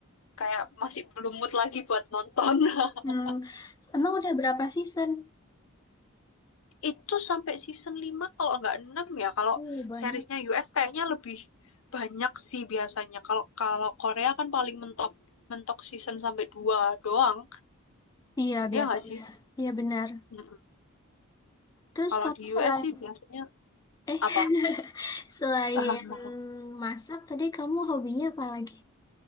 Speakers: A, on the left (about 70°); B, on the left (about 15°).
A: kayak masih belum mood lagi buat nonton <laughs>
B: Hmm, emang udah berapa season?
A: Itu sampai season 5 kalau nggak 6 ya. Kalau
B: Oh, banyak.
A: seriesnya US kayaknya lebih banyak sih biasanya. Kalau kalau Korea kan paling mentok mentok season sampai 2 doang.
B: Iya, biasanya.
A: Ya nggak sih?
B: Iya, benar.
A: Mm-mm.
B: Terus
A: Kalau
B: kamu
A: di
B: selain
A: US sih biasanya
B: eh <laughs>
A: apa?
B: selain
A: <laughs>
B: masak tadi kamu hobinya apa lagi?